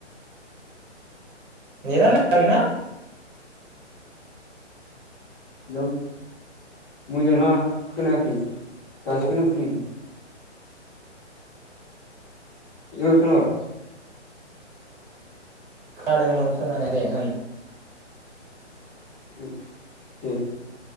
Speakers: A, on the right; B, in the centre.
A: नेटानो नाङा नोंना
B: हेलौ मोजां नाङा खोनायाखै दासो
A: औ
B: नांफैदोंमोन इबार खोनाबाय
A: खोनादोंमोन खोनानायालाय दे होन
B: ओम दे